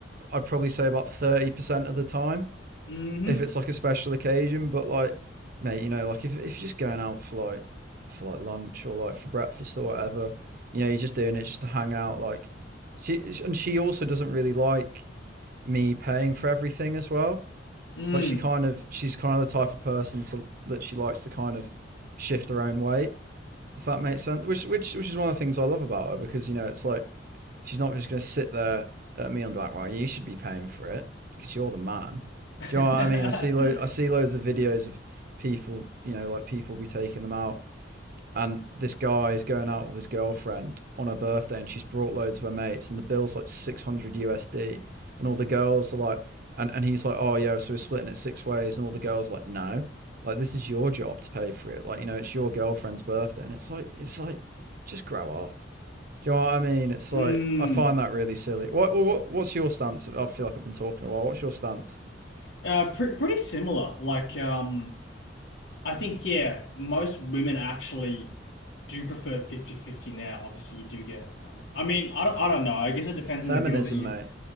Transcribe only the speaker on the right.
I'd probably say about 30% of the time
if it's like a special occasion. But like, mate, you know, like if if you're just going out for like for like lunch or like for breakfast or whatever, you know, you're just doing it just to hang out. Like, she and she also doesn't really like me paying for everything as well.
Like, she kind of she's kind of the type of person to that she likes to kind of shift her own weight, if that makes sense. Which which which is one of the things I love about her because you know it's like She's not just going to sit there at me and be like, "Well, you should be paying for it because you're the man."
Do you know what I mean? I see lo- I see loads of videos of people, you know, like people be taking them out, and this guy is going out with his girlfriend on her birthday, and she's brought loads of her mates, and the bill's like six hundred USD, and all the girls are like, and and he's like, "Oh yeah, so we're splitting it six ways," and all the girls are like, "No." Like this is your job to pay for it. Like you know, it's your girlfriend's birthday, and it's like it's like just grow up. Do you know what I mean? It's
like I find that really silly. What what what's your stance? I feel like I've been talking a while. What's your stance?
Feminism,
mate.